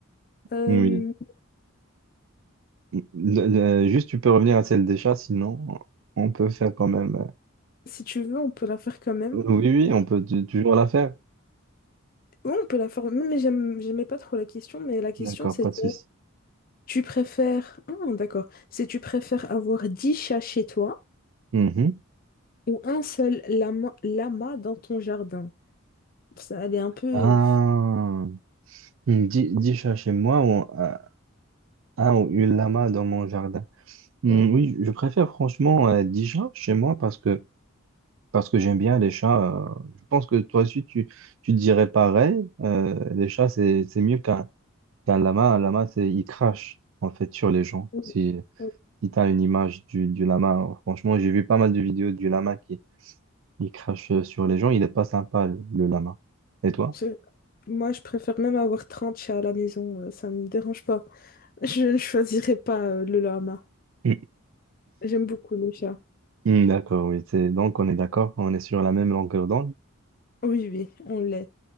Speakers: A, on the left; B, on the right.
A: Euh,
B: Oui. Le- le- juste, tu peux revenir à celle des chats, sinon on peut faire quand même. euh,
A: si tu veux, on peut la faire quand même.
B: Oui, oui,
A: Oui,
B: on peut tu- toujours la faire.
A: on peut la faire. Mais j'aime, j'aimais pas trop la question, mais la question
B: D'accord,
A: c'était,
B: pas de souci.
A: tu préfères... Ah, d'accord. C'est tu préfères avoir 10 chats chez toi
B: Mhm.
A: ou un seul lama, lama dans ton jardin. Ça, elle est un peu...
B: Ah, dix, dix chats chez moi ou euh, un ou une lama dans mon jardin. Hmm,
A: ouais.
B: oui, je préfère franchement euh, dix chats chez moi parce que parce que j'aime bien les chats. euh, je pense que toi aussi tu tu dirais pareil. Euh, les chats c'est c'est mieux qu'un. Un lama, un lama, c'est, il crache en fait sur les gens.
A: Mm,
B: Si,
A: mm.
B: si tu as une image du, du lama, franchement, j'ai vu pas mal de vidéos du lama qui il crache euh, sur les gens. Il est pas sympa, le, le lama. Et toi?
A: C'est- Moi, je préfère même avoir 30 chats à la maison, euh, ça me dérange pas. Je ne choisirais pas euh, le lama.
B: <laughs>
A: J'aime beaucoup les chats.
B: Mm. Mm, D'accord, oui. c'est- Donc, on est d'accord, on est sur la même longueur d'onde.
A: Oui, oui, on l'est.